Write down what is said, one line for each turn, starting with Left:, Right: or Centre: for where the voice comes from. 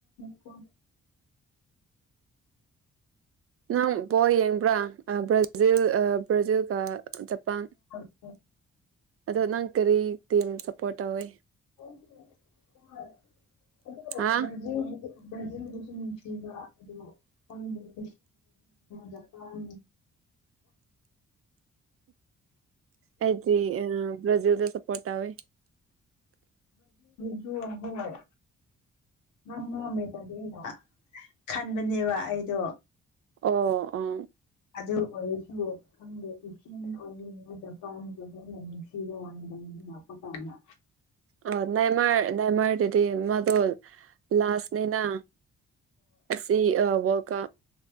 Left: ꯀ
Right: ꯅꯪ ꯕꯣ ꯌꯦꯡꯕ꯭ꯔꯥ ꯕ꯭ꯔꯥꯖꯤꯜ ꯕ꯭ꯔꯥꯖꯤꯜꯒ ꯖꯄꯥꯟ
Left: ꯍ
Right: ꯑꯗꯣ ꯅꯪ ꯀꯔꯤ ꯇꯤꯝ ꯁꯞꯄꯣꯔꯠ ꯇꯧꯏꯤ
Left: ꯑꯣ ꯍ ꯍ
Right: ꯍꯥ
Left: ꯑꯗꯨ ꯗꯖꯟꯕꯨꯁꯨ ꯅꯨꯡꯁꯤꯕ ꯑꯗꯨꯣ ꯀ꯭ ꯖꯄꯥꯟ
Right: ꯑꯩꯗꯤ ꯕ꯭ꯔꯥꯖꯤꯜꯗ ꯁꯄꯣꯔꯠꯋ
Left: ꯖꯨ ꯑꯍꯣꯏꯣꯏ ꯃꯃꯝꯃꯦꯗꯗꯤꯅ ꯈꯟꯕꯅꯦꯕ ꯑꯩꯗꯣ
Right: ꯑꯣ ꯑ
Left: ꯑꯗꯨ ꯑꯣꯏꯁꯨ ꯈꯪꯗꯦ ꯏꯆꯦ ꯑꯣꯏꯅꯤꯡ ꯑꯃꯗ ꯐꯥꯕꯅ ꯅꯨꯡꯁꯤꯕ ꯋꯥꯅꯤꯅ ꯂꯥꯛꯄ ꯀꯥꯟꯗ
Right: ꯑ ꯅꯥꯏꯃꯔ ꯅꯥꯏꯃꯔꯗꯨꯗꯤ ꯃꯥꯗꯣ ꯂꯥꯁꯅꯤꯅ ꯑꯁꯤꯁꯤ ꯑ ꯋꯥ ꯀ